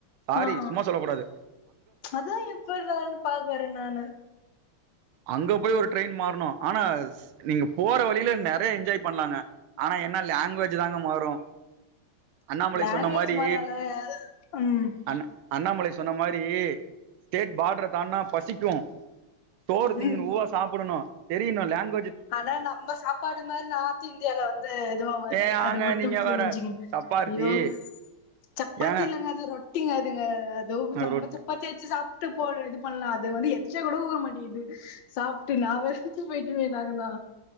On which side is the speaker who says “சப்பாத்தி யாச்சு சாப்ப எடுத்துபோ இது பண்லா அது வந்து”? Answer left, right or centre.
Left